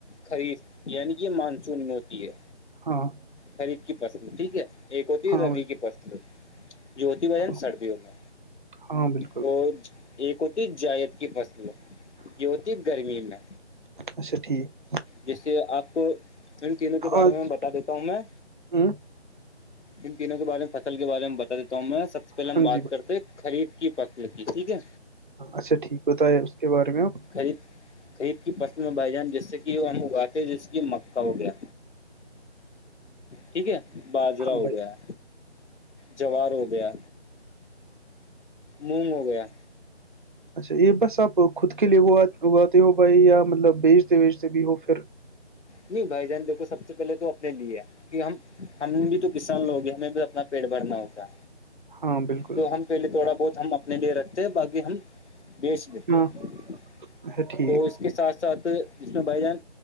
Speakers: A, on the left; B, on the right.
A: خریف یعنی کہ مانسون میں ہوتی ہے
B: ہاں
A: خریف کی پسلو ٹھیک ہے ایک ہوتی
B: ہاں
A: روی
B: بھائی
A: کی پسلو جو ہوتی بان
B: ہاں
A: سردیوں میں
B: ہاں بالکل
A: وہ ایک ہوتی جائید کی فصل جوتی گرمی میں
B: اچھا ٹھیک
A: جیسے آپ کو ان چیزوں کے بارے
B: آج
A: میں بتا دیتا ہ میں
B: ہوں
A: ان تینوں کے بارے میں فصل کے بارے میں بتا دیتا ہوں میں سب سے اس پہلے
B: ہاں
A: ہم بات
B: جی
A: کرتے ہیں خریف کی فصل کی ٹھیک ہے
B: ہاں اچھا ٹھیک ہو بتا ہے اس کے بارے میں آپ
A: خرید خرید کی فصل میں بائی جان جیسے کہ ہم اگاتے جیسے کہ مکا ہو گیا ٹھیک ہے باجرا
B: ہاں بھائی
A: ہو گیا جوار ہو گیا مونگ ہو گیا
B: اچھا یہ بس آپ خود کے لیے گواتے ہو بھائی یا مطلب بیچتے بیچتے بھی ہو پھر
A: نہیں بھائی جان دیکھو سب سے پہلے تو اپنے لیے ہے کہ ہم ہم بھی تو کسان لوگ ہیں ہمیں بھی اپنا پیٹ بھرنا ہوتا
B: ہاں بالکل
A: تو ہم پہلے تھوڑا بہت ہم اپنے لیے رکھتے ہیں بقی ہم بیچ دیتے
B: ہاں
A: ہیں
B: اچھا ٹھیک
A: تو اس کے ساتھ ساتھ جس میں بھائی جان